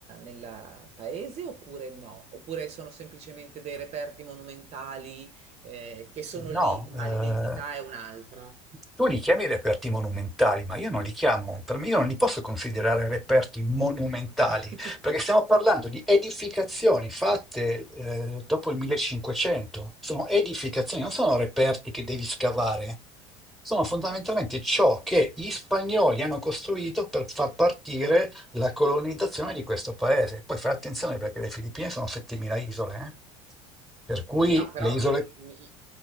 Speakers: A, on the right; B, in the centre.
A: nella paese oppure no? Oppure sono semplicemente dei
B: eh?
A: reperti monumentali, eh, che sono lì,
B: No,
A: ma
B: eh,
A: l'identità è un'altra?
B: tu li chiami reperti monumentali, ma io non li chiamo, per me io non li posso considerare reperti monumentali,
A: <laughs>
B: perché stiamo parlando di edificazioni fatte eh, dopo il 1500, sono edificazioni, non sono reperti che devi scavare, sono fondamentalmente ciò che gli spagnoli hanno costruito per far partire la colonizzazione di questo paese. Poi fai attenzione perché le Filippine sono 7.000 isole, eh. Per cui
A: Sì, no, però
B: le isole
A: mm, mi-